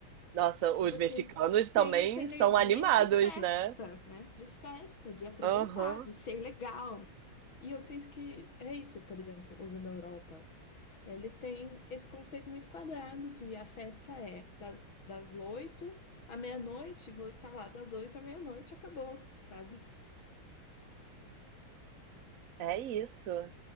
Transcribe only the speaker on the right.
Nossa, os
mexicanos também
são animados,
né?
Aham.
É isso.